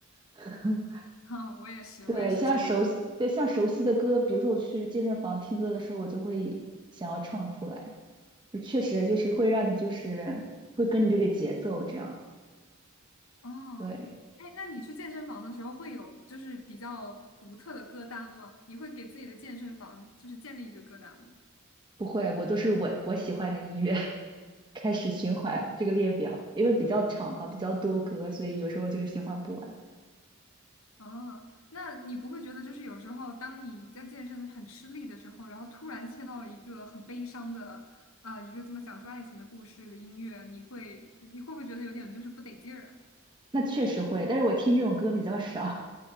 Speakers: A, on the right; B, on the left.
A: <laughs>
B: <laughs> 哈，我也是，
A: 对，
B: 我也是这样。
A: 像熟悉，对，像熟悉的歌，比如说我去健身房听歌的时候，我就会想要唱出来，就确实就是会让你就是会跟着这个节奏这样。
B: 哦，
A: 对。
B: 哎，那你去健身房的时候会有就是比较独特的歌单吗？你会给自己的健身房就是建立一个歌单吗？
A: 不会，我都是我我喜欢的音乐 <laughs> 开始循环这个列表，因为比较长吧，比较多歌，所以有时候就是循环不完。
B: 哦，那你不会觉得就是有时候当你在健身很吃力的时候，然后突然切到了一个很悲伤的啊、一个这么讲述爱情的故事的音乐，你会你会不会觉得有点就是不得劲儿
A: 那确实会，但是我听这种歌比较少，